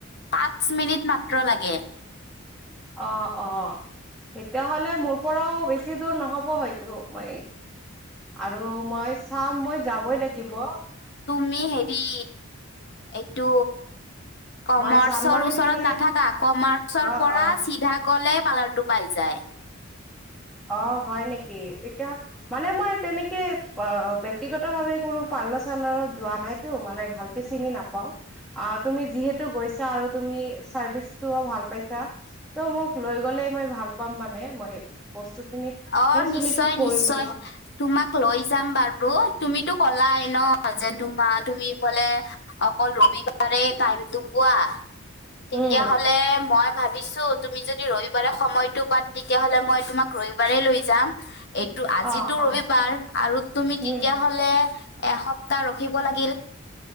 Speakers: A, on the left (about 55°); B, in the centre.
A: পাঁচ মিনিট মাত্ৰ লাগে।
B: অ-অ। তেতিয়া হলে মোৰ পৰাও বেছি দূৰ নহ'ব হয়তো। মই আৰু মই চাম, মই যাবই লাগিব।
A: আমি হেৰি এইটো কমাৰ্চৰ
B: মই চান্দমাৰি
A: ওচৰত
B: পিনে
A: নাথাকা? কমাৰ্চৰ
B: অ',
A: পৰা
B: অ'।
A: চিধা গ'লে পাৰ্লাৰটো পাই যায়।
B: অ, হয় নেকি? তেতিয়া হ মানে মই তেনেকে অ ব্যক্তিগত ভাৱে কোনো পাৰ্লাৰ চালাৰত যোৱা নাই টো। মানে ভালকে চিনি নেপাওঁ। আঁহ তুমি যিহেতু গৈছা আৰু তুমি চাৰ্ভিছটোও ভাল পাইছা। ত' মোক লৈ গ'লে মই ভাল পাম মানে খিনি
A: অঁ
B: মানে চুলিটো
A: নিশ্চয়,
B: কৰিব
A: নিশ্চয়।
B: লাগিব
A: তোমাক লৈ যাম বাৰু। তুমিতো কলাই ন' যে তোমাৰ তুমি বোলে অকল ৰবিবাৰে টাইমটো পোৱা। তেতিয়া
B: উম
A: হ'লে মই ভাবিছো তুমি যদি ৰবিবাৰে সময়তটো পোৱা তেতিয়া হ'লে মই তোমাক ৰবিবাৰে লৈ যাম। বা এইটো আজিতো
B: অ অ
A: ৰবিবাৰ আৰু তুমি
B: উম
A: তেতিয়া হ'লে এসপ্তাহ ৰখিব লাগিল।